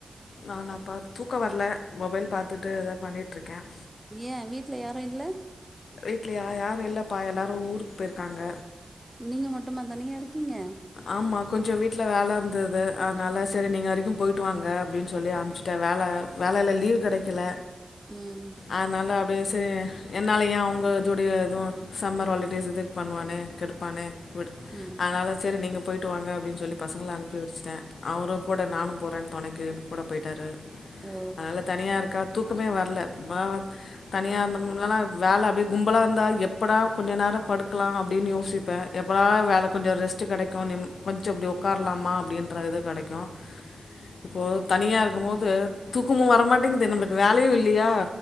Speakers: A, on the left; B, in the centre.
A: நான் நான் பா தூக்கம் வரல மொபைல் பாத்துட்டு அத பண்ணிட்ருக்கேன்
B: ஏன் வீட்ல யாரும் இல்ல
A: வீட்டில யா யாரும் இல்லப்பா எல்லாரும் ஊருக்கு போயிருக்காங்க
B: நீங்க மட்டுமா தனியா இருக்கீங்க
A: ஆமாம் கொஞ்சம் வீட்டில வேல இருந்தது அதனால் சரி நீங்கள் வரைக்கும் போய்டு வாங்க அப்படின்னு சொல்லி அமுச்சுட்டேன் வேல வேலையில லீவ் கிடைக்கல
B: ம்
A: அதனால் அப்டியே சரி என்னால் ஏன் அவங்க இதோடைய எதுவும் சம்மர் ஹாலிடேஸ் இது பண்ணுவானே கெடுப்பான்னே விடு
B: ம்
A: அதனால் சரி நீங்க போய்டவிட்டு வாங்க அப்டின்னு சொல்லி பசங்கள அனுப்பி விச்சுட்டேன் அவரும் கூட நானும் போறேன்னு துணைக்கு கூட போய்டாரு
B: ஓ
A: அதனால தனியாக இருக்கா தூக்கமே வரலை மாவ தனியா இருந்தாம்னால வேல அப்டியே கும்பலா இருந்தா எப்படா கொஞ்ச நேரோ படுக்கலா அப்டின்னு யோசிப்பே எப்பாடா வேல கொஞ்ச ரெஸ்ட்ட் கிடைக்கும் நிம் கொஞ்சம் இப்டி உக்காரலாமா அப்டின்ற இது கெடைக்கு இப்போ தனியா இருக்கும் போது தூக்குமு வரமாட்டேங்குது நம்மளுக்கு வேலையு இல்லையா